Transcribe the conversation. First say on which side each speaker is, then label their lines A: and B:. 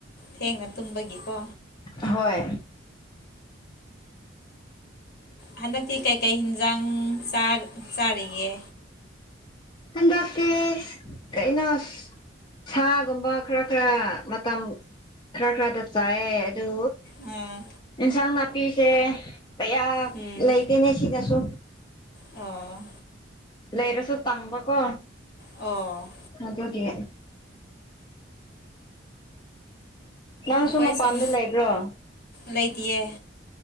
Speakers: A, on the left; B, on the left.
A: ꯊꯦꯡꯅ ꯇꯨꯝꯕꯒꯤꯀꯣ
B: ꯍꯣꯏ
A: ꯍꯟꯗꯛꯇꯤ ꯀꯩꯀꯩ ꯍꯤꯟꯖꯥꯡ ꯆꯥꯛ ꯆꯥꯔꯤꯒꯦ
B: ꯍꯟꯗꯛꯇꯤ ꯀꯩꯅꯣ ꯁꯥꯒꯨꯝꯕ ꯈꯔ ꯈꯔ ꯃꯇꯝ ꯈꯔ ꯈꯔꯗ ꯆꯥꯏꯑꯦ ꯑꯗꯨ
A: ꯑꯥ
B: ꯑꯦꯟꯁꯥꯡ ꯅꯥꯄꯤꯁꯦ ꯀꯌꯥ
A: ꯎꯝ
B: ꯂꯩꯇꯦꯅꯦ ꯁꯤꯗꯁꯨ
A: ꯑꯣ
B: ꯂꯩꯔꯁꯨ ꯇꯥꯡꯕ ꯀꯣ
A: ꯑꯣ
B: ꯑꯗꯨꯒꯤ ꯅꯪꯁꯨ
A: ꯑꯩꯈꯣꯏ
B: ꯃꯄꯥꯟꯗ
A: ꯁꯣꯝ
B: ꯂꯩꯕ꯭ꯔꯣ
A: ꯂꯩꯇꯤꯌꯦ